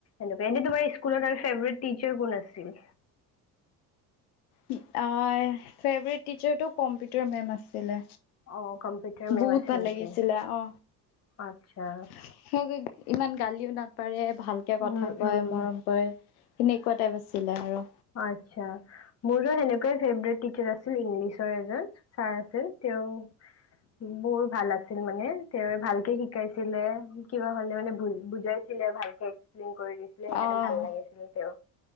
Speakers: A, on the left; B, on the left.
A: এনেকুৱা এনে তোমাৰ ইস্কুলত আৰু ফেভৰেত টিচাৰ কোন আছিল?
B: অ', ফেভৰেট টিচাৰটো কম্পিউটাৰ মেম আছিলে।
A: অ', কম্পিউটাৰ মেম
B: বহুত
A: আছিল
B: ভাল
A: নেকি?
B: লাগিছিলে অ'।
A: আচ্ছা,
B: <unintelligible> ইমান গালিয়ো না পাৰে ভালকে কথা
A: উম, উম।
B: কয়, মৰম কৰে, সেনেকুৱা টাইপ আছিলে আৰু।
A: আচ্ছা, মোৰো হেনেকুৱাই ফেভৰেইট টিচাৰ আছিল ইংলিছৰ এজন ছাৰ আছিল। তেওঁ বৰ ভাল আছিল মানে, তেৱু ভালকে শি শিকাইছিলে। কিবা হ'লে মানে বু-বুজাইছিলে ভালকে এক্সপ্লেইন কৰি দিছিলে। সেইকাৰণে
B: অ',
A: ভাল লাগিছিল তেওঁ